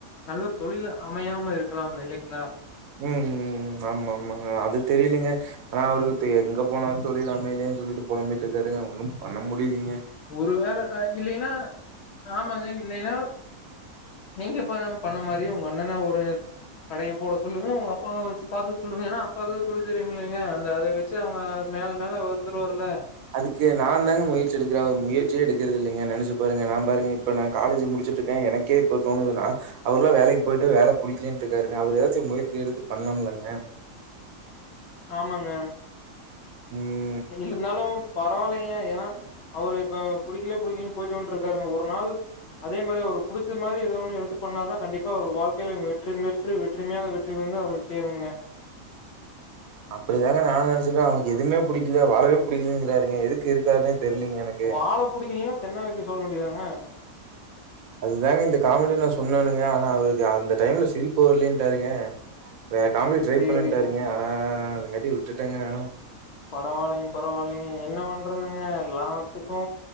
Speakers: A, on the left; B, on the right.
A: நல்ல தொழில் அமையாம இருக்கலாம்ல இல்லைங்கிளா
B: ம் ம் ஆமா ஆமாங்க அது தெரியலைங்க ஆனா அவருக்குதே எங்க போனாலு தொழில் அமையலேன் சொல்லிட்டு பொழம்பிட்டுருக்காருங்க ஒன்னும் பண்ண முடிலீங்க
A: ஒருவேள அ இல்லின்னா ஆமாங்க இல்லைன்னா நீங்க ப பண்ண மாரியு உங்க அண்ணன்ன ஒரு கடைய போட சொல்லுங்க உங்க அப்பாவ வச்சி பாத்துக்க சொல்லுங்க ஏன்னா அப்பாததா தொழில் தெரியுமில்லைங்க அந்த அத வச் ச்சி அவங்க மேல மேல வந்துருவாருல்ல
B: அதுக்கு நா தாங்க முயற்சி எடுக்கற அவுரு முயற்சியே எடுக்கறதில்லைங்க நெனச்சி பாருங்க நா பாருங்க இப்ப நா காலேஜ் முடிச்சிட்டு இருக்கே எனக்கே இப்ப தோணுதுன்னா அவுருல்லா வேலைக்கு போயிட்டு வேல புடிக்கலன்ட்டுருக்காருங்க அவுரு எதாச்சு முயற்சி எடுத்து பண்ணலாம் இல்லங்க
A: ஆமாங்க
B: ம்
A: இருந்தாலு பரவால்லைங்க ஏனா அவரு இப்ப புடிக்கல புடிக்லன் போயிட்டு வன்ட்டு இருக்காருங்க ஒரு நாள் அதே மாரி அவருக்கு புடிச்ச மாரி ஏதோ ஒன்னு எடுத்து பண்ணாருன்னா கண்டிப்பா அவர் வாழ்க்கைல வெற்றி மேல் ற்றி வெற்றி மேல வெற்றி வந்து அவர சேருங்க
B: அப்டிதாங்க நானு நெனச்சிக்க அவனுக்கு எதுவ்மே புடிக்ல வாழவே புடிக்லங்குறாருங்க எதுக்கு இருக்கார்னே தெரிய்லீங்க எனக்
A: வாழ புடிக்கிலீனா தென்ன வெக்க சொல்ல வேண்டியதாங்க
B: அதுதாங்க இந்த காமெடி நா சொன்னனுங்க ஆனா அவருக்கு அந்த டைம்ல சிரிப்பு வர்லேன்ட்டாருங்க வேற காமெடி ட்ரை
A: சேரிங்க
B: பண்ணுன்ட்டாருங்க ஆனா அதுக்காட்டி விட்டுட்டங்க நானு
A: பரவாயில்லைங்க பரவாயில்லைங்க என்ன பண்றதுங்க எல்லாத்துக்கு